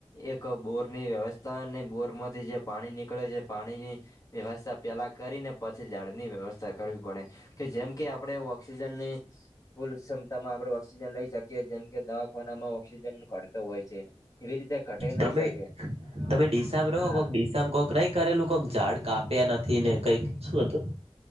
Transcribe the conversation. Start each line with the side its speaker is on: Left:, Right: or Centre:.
Left: એક બોરની વ્યવસ્થા અને બોરમાંથી જે પાણી નીકળે છે પાણીની વ્યવસ્સા પેલા કરીને પછી ઝાડની વ્યવસ્થા કરવી પડે કે જેમ કે આપડે ઓક્સિજની ફૂલ ક્ષમતામાં આપણે ઓક્સિજન લઈ શકીએ જેમ કે દવાખાનામાં ઓક્સિજન ઘડતો હોય છે. એવી રીતે ઘટે નહી
Right: તમે
Left: શકે
Right: તમે દિસાબ રહો
Left: હા
Right: કો દિ ઇસામ કોક નઈ કરેલું કોક ઝાડ કાપ્યા નથી ને કઈક શું હતું?